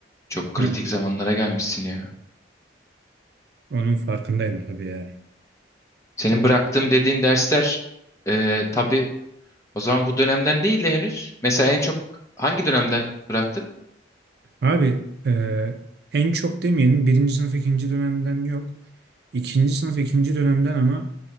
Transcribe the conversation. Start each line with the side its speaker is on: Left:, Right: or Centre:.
Left: Çok
Right: Hı,
Left: kritik zamanlara gelmişsin ya.
Right: onun farkındayım abi ya.
Left: Senin bıraktığım dediğin dersler e, tabii o zaman bu dönemden değil de henüz. Mesela en çok hangi dönemden bıraktın?
Right: Abi e, en çok demeyelim birinci sınıf ikinci dönemden yok. İkinci sınıf ikinci dönemden ama